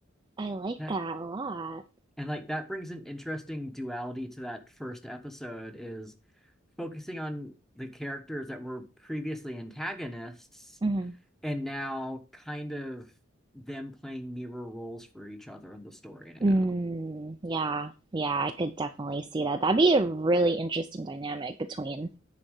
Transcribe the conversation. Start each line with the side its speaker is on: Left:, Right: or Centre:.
Right: I like
Centre: That,
Right: that a lot.
Centre: and like that brings an interesting duality to that first episode is focusing on the characters that were previously antagonists
Right: Hmm.
Centre: And now kind of them playing mirror roles for each other in the story now.
Right: Mm, yeah, yeah, I could definitely see that. That'd be a really interesting dynamic between